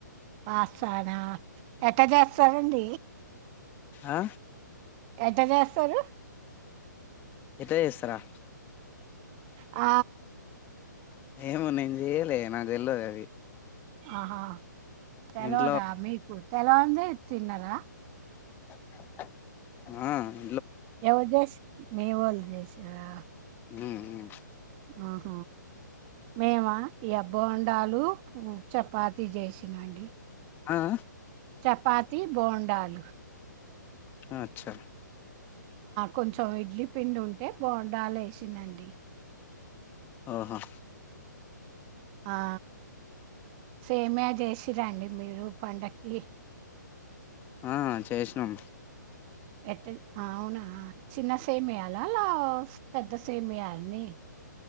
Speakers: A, on the right; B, on the left.
A: పస్తానా ఎట్ట చేస్తారండి
B: ఆ
A: ఏటా చేస్తారు
B: ఎట్లా చేస్తారా
A: హ
B: ఏమో నేను చెయలే నాకు తెళ్ళదు అది
A: ఆహా తెల్వదా
B: ఇంట్లో
A: మీకు తెలండే తిన్నారా
B: హ
A: ఎవరు చేసారు మీవాలో చేసారా
B: ఉమ్మ్
A: ఆహ మేమా ఎ బోండాలు పు చపాతి చేసినాండి
B: హ హ
A: చపాతి బోండాలు
B: అచ్చా
A: కొంచెం ఇడ్లీ పిండి ఉంటే బొండాలు వేసిందండి
B: ఓహో
A: ఆ సేమియా చేసిరండి మీరు పండక్కి
B: హ చేసినం
A: ఎట్ అవునా చిన్న సేమియాల అలా పెద్ద సేమియాలని